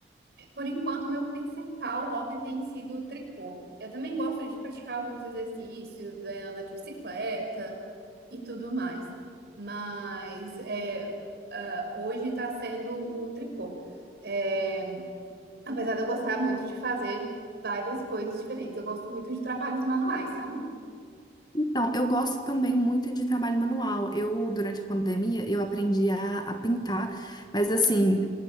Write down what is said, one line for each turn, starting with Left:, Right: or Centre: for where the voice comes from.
Right: Por enquanto, meu principal hobby tem sido o tricô. Eu também gosto de praticar alguns exercícios, é, andar de bicicleta e tudo mais. Mas é, ah, hoje está sendo o tricô. É, apesar de eu gostar muito de fazer várias coisas diferentes, eu gosto muito de trabalhos manuais, sabe?
Left: Então, eu gosto também muito de trabalho manual. Eu, durante a pandemia, eu aprendi a, a pintar, mas assim,